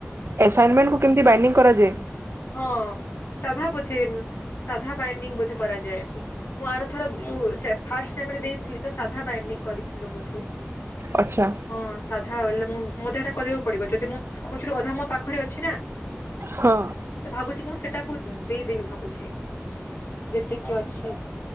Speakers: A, on the right; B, on the left.
A: ଆସାଇନମେଣ୍ଟକୁ କେମିତି ବାଇଣ୍ଡିଂ କରାଯାଏ?
B: ହଁ ସାଧା ବୋଧେ ସାଧା ବାଇଡିଂ ବୋଧେ କରାଯାଏ। ମୁଁ ଆରଥର ସେ ଫାଷ୍ଟ ସେମରେ ଦେଇଥିଲି ତ ସାଧା ବାଇଣ୍ଡିଙ୍ଗ କରିଥିଲୁ ବୋଧେ।
A: ଆଚ୍ଛା
B: ହଁ ସାଧା ବୋଲେ ମୁ ମତେ ଏଟା କରିବାକୁ ପଡିବ ଯଦି ମୁଁ କୋଚ ରୁ ଅଧା ମୋ ପାଖରେ ଅଛି ନା
A: ହଁ
B: ସେ ଭାବୁଛି ମୁଁ ସେଠା ତାକୁ ଦେଇଦେବି ଭାବୁଛି ଯେତିକି ଅଛି।